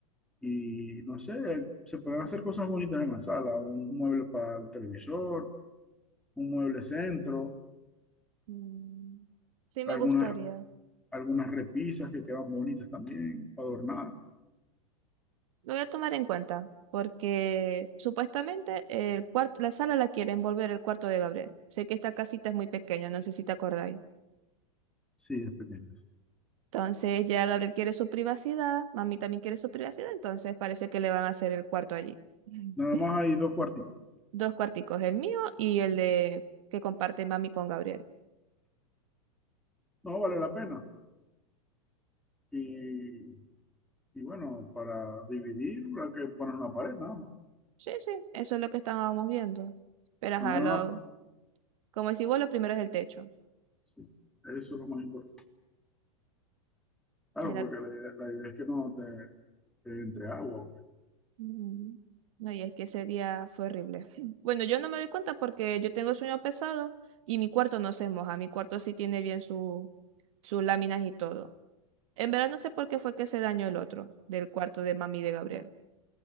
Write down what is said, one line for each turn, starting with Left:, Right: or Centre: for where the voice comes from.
Centre: y no sé, se pueden hacer cosas bonitas en la sala, un mueble para el televisor, un mueble centro,
Right: Mm, Sí, me
Centre: algunas,
Right: gustaría.
Centre: algunas repisas que quedan bonitas también para adornar,
Right: Lo voy a tomar en cuenta, porque supuestamente el cuarto, la sala la quieren volver el cuarto de Gabriel. Sé que esta casita es muy pequeña, no sé si te acordáis.
Centre: sí, es pequeñas.
Right: Entonces ya Gabriel quiere su privacidad, mami también quiere su privacidad, entonces parece que le van a hacer el cuarto allí. <clears throat>
Centre: Nada
Right: <laughs>
Centre: más hay dos cuartitos.
Right: Dos cuarticos, el mío y el de que comparte mami con Gabriel.
Centre: No vale la pena. Y, y bueno, para dividir, hay que poner una pared, nada más.
Right: Sí, sí, eso es lo que estábamos viendo. Pero ajá,
Centre: Poner
Right: lo,
Centre: una,
Right: como decís vos, lo primero es el techo.
Centre: sí, eso es lo más importante. Claro,
Right: Y era-
Centre: porque la idea, la idea es que no te, te entre agua.
Right: mm, no, y es que ese día fue horrible. <laughs> Bueno, yo no me doy cuenta porque yo tengo sueño pesado y mi cuarto no se moja. Mi cuarto sí tiene bien su, sus láminas y todo. En verdad no sé por qué fue que se dañó el otro del cuarto de mami de Gabriel.